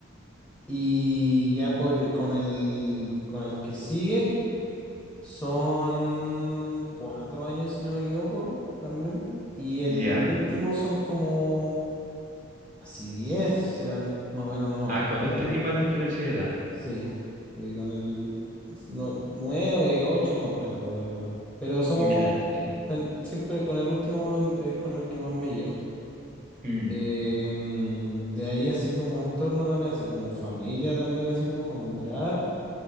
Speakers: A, in the centre; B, on the right.
A: Y ya por con el con el que sigue son cuatro años, si no me equivoco, también. Y el
B: ya.
A: último son como así diez serán, más o menos, no me
B: Ah,
A: acuerdo.
B: con él
A: la-
B: tenéis más diferencia de edad.
A: Sí, sí, con el no, nueve, ocho, no me acuerdo, la verdad. Pero somos
B: Ya, entiendo.
A: ten- siempre con el último es con el que más me llevo.
B: Mm,
A: Em, de ahí así como entorno también, así como familia también, así como nombrar.